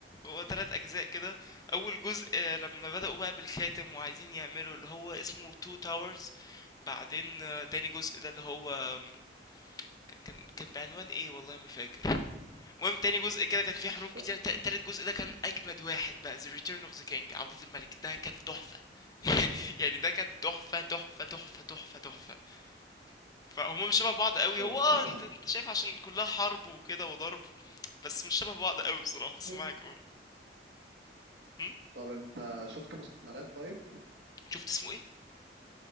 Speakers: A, on the left (about 20°); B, on the right (about 75°).
A: هو تلات اجزاء كده اول جزء آه، لما بدأوا بقى بالخاتم وعايزين يعملوا اللي هو اسمه تو تاورز بعدين آه، تاني جزء ده اللي هو آم، كان كان كان بعنوان ايه والله ما فاكر المهم تاني جزء كده كان فيه
B: مش
A: حروب كتير
B: فاهم
A: تا- تالت جزء ده كان اجمد واحد بقى The Return of the King عودة الملك ده كان تحفة <laughs> يعني ده كان تحفة تحفة تحفة تحفة تحفة فهم مش شبه بعض قوي
B: طب
A: هو اه
B: انت اصلا
A: انت انت شايف عشان كلها حرب وكده وضرب بس مش شبه بعض قوي
B: <laughs>
A: بصراحة بس معاك قول هم؟
B: طب انت شفت مسلسلات طيب
A: شفت اسمه ايه